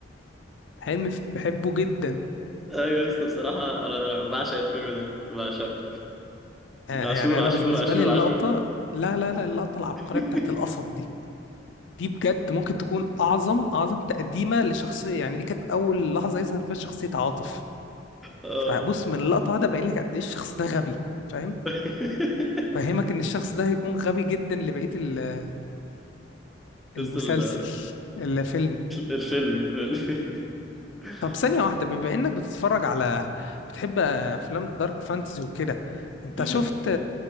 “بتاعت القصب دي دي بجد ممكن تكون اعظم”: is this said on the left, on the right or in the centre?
Left